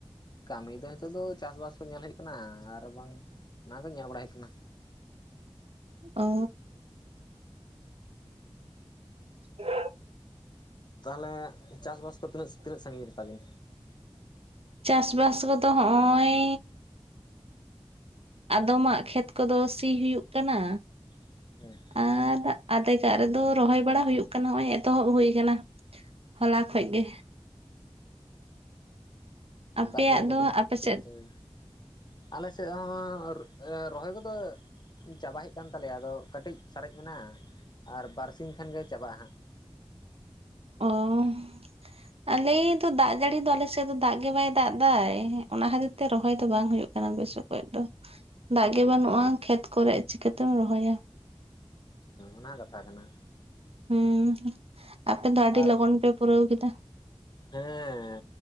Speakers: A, on the left (about 45°); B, on the right (about 70°).
A: ᱠᱟᱹᱢᱤ ᱫᱚ ᱦᱤᱛᱚᱜ ᱫᱚ ᱪᱟᱥᱵᱟᱥ ᱠᱚ ᱧᱮᱞ ᱦᱩᱭᱩᱜ ᱠᱟᱱᱟ ᱟᱨ ᱵᱟᱝ ᱚᱱᱟ ᱠᱚ ᱧᱮᱞ ᱵᱟᱲᱟ ᱦᱩᱭᱩᱜ ᱠᱟᱱᱟ
B: ᱚ <inaudible>
A: ᱛᱟᱦᱚᱞᱮ ᱪᱟᱥᱵᱟᱥ ᱠᱚ ᱛᱤᱱᱟᱹᱜ ᱛᱤᱱᱟᱹᱜ ᱥᱟᱺᱜᱤᱧ ᱨᱮᱛᱟᱵᱤᱱ
B: ᱪᱟᱥ ᱵᱟᱥ ᱠᱚᱫᱚ ᱦᱚᱜ-ᱚᱭ ᱟᱫᱚᱢᱟᱜ ᱠᱷᱮᱛ ᱠᱚᱫᱚ ᱥᱤ ᱦᱩᱭᱩᱜ ᱠᱟᱱᱟ
A: <inaudible>
B: ᱟᱨ ᱟᱫᱷᱮᱜᱟᱜ ᱨᱮᱫᱚ ᱨᱚᱦᱚᱭ ᱵᱟᱲᱟ ᱦᱩᱭᱩᱜ ᱠᱟᱱᱟ ᱱᱚᱜ-ᱚᱭ ᱮᱛᱚᱦᱚᱵ ᱦᱩᱭ ᱟᱠᱟᱱᱟ ᱦᱚᱞᱟ ᱠᱷᱚᱡ ᱜᱮ ᱟᱯᱮᱭᱟᱜ
A: ᱫᱟᱜ ᱡᱟᱹᱲᱤ ᱠᱚ
B: ᱫᱚ
A: ᱛᱤᱱᱟᱹᱜ
B: ᱟᱯᱮ
A: ᱛᱤᱱᱟᱹᱜ
B: ᱥᱮᱫ
A: ᱥᱟᱺᱜᱤᱧᱟ ᱟᱞᱮ ᱥᱮᱫ ᱦᱚᱸ ᱨᱚᱦᱚᱭ ᱠᱚᱫᱚ ᱪᱟᱵᱟ ᱦᱩᱭᱩᱜ ᱠᱟᱱ ᱛᱟᱞᱮᱭᱟ ᱟᱫᱚ ᱠᱟᱹᱴᱤᱡ ᱥᱟᱨᱮᱡ ᱢᱮᱱᱟᱜ-ᱟ ᱟᱨ ᱵᱟᱨᱥᱤ ᱠᱷᱟᱱᱜᱮ ᱪᱟᱵᱟᱜ-ᱟ ᱦᱟᱸᱜ
B: ᱚ
A: <inaudible>
B: ᱟᱞᱮᱚ ᱫᱟᱜ ᱡᱟᱹᱲᱤ ᱫᱚ ᱟᱞᱮᱥᱮᱫ ᱫᱚ ᱫᱟᱜ ᱜᱮ ᱵᱟᱭ ᱫᱟᱜ ᱮᱫᱟ ᱚᱱᱟ ᱠᱷᱟᱹᱛᱤᱨ ᱛᱮ ᱨᱚᱦᱚᱭ ᱫᱚ ᱵᱟᱝ ᱦᱩᱭᱩᱜ ᱠᱟᱱᱟ ᱢ ᱵᱮᱥ ᱠᱚᱡ ᱫᱚ ᱫᱟᱜ ᱜᱮ
A: ᱟᱪᱪᱷᱟ
B: ᱵᱟᱹᱱᱩᱜ-ᱟ ᱠᱷᱮᱛ ᱠᱚᱨᱮ ᱪᱤᱠᱟᱹᱛᱮᱢ ᱨᱚᱦᱚᱭᱟ
A: ᱚᱱᱟ ᱠᱟᱛᱷᱟ ᱠᱟᱱᱟ
B: ᱦᱩᱸ ᱟᱯᱮ ᱫᱚ ᱟᱹᱰᱤ
A: ᱟᱨ
B: ᱞᱚᱜᱚᱱ ᱯᱮ ᱯᱩᱨᱟᱹᱣ ᱠᱮᱫᱟ
A: ᱦᱮᱸ